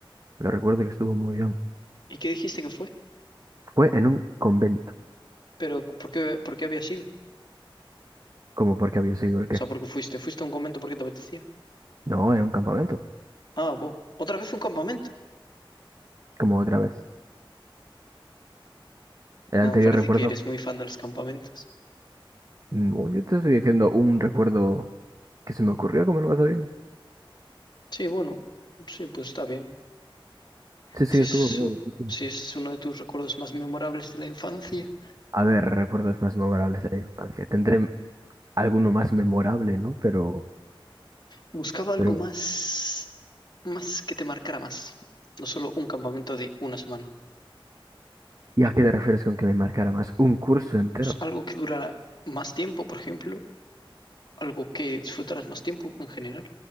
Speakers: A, on the right; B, on the left.
A: Lo recuerdo que estuvo muy bien.
B: ¿Y qué dijiste que fue?
A: Fue en un convento.
B: Pero ¿por qué, por qué había sido?
A: como porque había sido el qué?
B: O sea, ¿por qué fuiste? ¿Fuiste a un convento porque te apetecía?
A: No, era un campamento.
B: Ah, bo- ¿Otra vez un campamento?
A: Como otra vez. El anterior
B: No, parece
A: recuerdo.
B: que eres muy fan de los campamentos.
A: No, yo te estoy diciendo un recuerdo que se me ocurrió, ¿cómo lo vas a bien?
B: Sí, bueno, sí, pues está bien.
A: Sí, sí,
B: Si
A: estuvo
B: es, su-
A: muy bien.
B: si es uno de tus recuerdos más memorables de la infancia,
A: A ver, recuerdos más memorables de la infancia. Tendré alguno más memorable, ¿no? Pero,
B: buscaba algo
A: pero,
B: más, más que te marcara más. No solo un campamento de una semana.
A: ¿y a qué te refieres con que me marcara más? Un curso entero,
B: pues, algo que durara más tiempo, por ejemplo, algo que disfrutaras más tiempo en general.